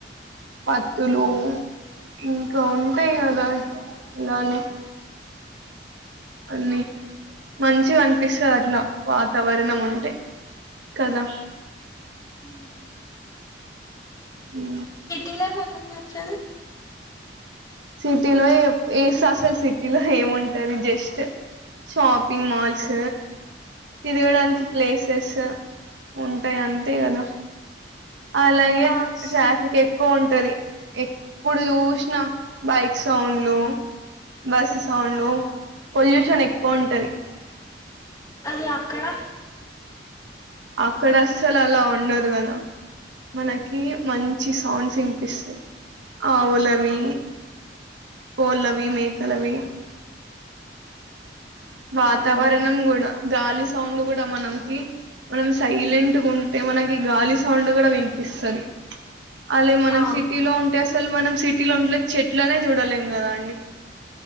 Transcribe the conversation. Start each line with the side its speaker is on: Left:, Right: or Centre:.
Right: పత్తులు ఇంకా ఉంటాయి కదా ఇలానే అన్నీ
Left: అవునండి
Right: మంచి అంట విస్తరణ వాతావరణం ఉంటే కదా
Left: ఉమ్
Right: హు
Left: సిటీ లైఫ్ ఎందుకు నచ్చదు
Right: సిటీలో ఎఫ్ ఏస్ అసలు సిటీలో ఏముంటది జస్ట్ షాపింగ్ మాల్స్ తిరగడానికి ప్లేసెస్ ఉంటాయి అంతే కదా అలాగే
Left: పార్క్స్
Right: ట్రాఫిక్ ఎక్కువ ఉంటది ఎప్పుడు చూసినా బైక్ సౌండ్లు బస్ సౌండ్లు పొల్యూష షన్ ఎక్కువ ఉంటది
Left: అది అక్కడ
Right: అక్కడ అస్సలు అలా ఉండదు కదా మనకి మంచి సౌండ్స్ వినిపిస్తాయి ఆవులవి కొల్లవి మేకలవి వాతావరణం
Left: అవునండి
Right: గూడ గాలి సౌండ్ కూడా మనంకి మనం సైలెంట్గా ఉంటే మనకి గాలి సౌండ్ కూడా విని పిస్తుంది అలే మనం
Left: ఆ
Right: సిటీలో ఉంటే అసలు మనం సిటీలో ఉంట్లే చెట్లనే చూడలేం కదా అండి